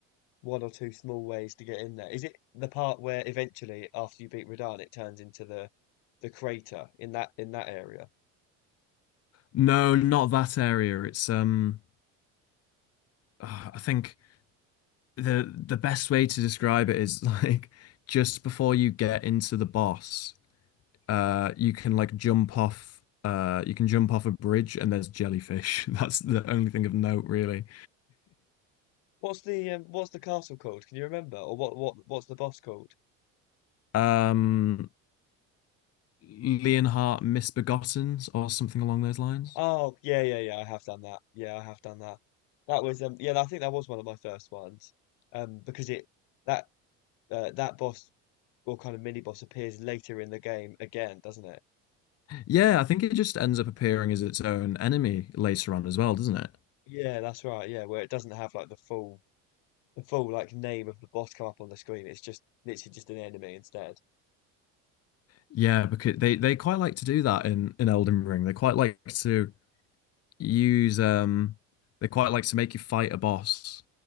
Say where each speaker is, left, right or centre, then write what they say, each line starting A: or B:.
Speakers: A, on the left; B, on the left.
A: one or two small ways to get in there. Is it the part where eventually after you beat Radahn it turns into the the crater in that in that area?
B: No, not that area. It's um, ah, I think the the best way to describe it is <laughs> like just before you get into the boss. Uh, you can like jump off. Uh, you can jump off a bridge, and there's jellyfish. <laughs> That's the only thing of note, really.
A: What's the um, what's the castle called? Can you remember? Or what what what's the boss called?
B: Um, Leonhardt Misbegottens, or something along those lines.
A: Oh, yeah, yeah, yeah. I have done that. Yeah, I have done that. That was um, yeah. I think that was one of my first ones, um, because it that uh, that boss or kind of mini boss appears later in the game again, doesn't it?
B: Yeah, I think it just ends up appearing as its own enemy later on as well, doesn't it?
A: Yeah, that's right. Yeah, where it doesn't have like the full the full like name of the boss come up on the screen. It's just literally just an enemy instead.
B: Yeah, because they they quite like to do that in in Elden Ring. They quite like to use um, they quite like to make you fight a boss,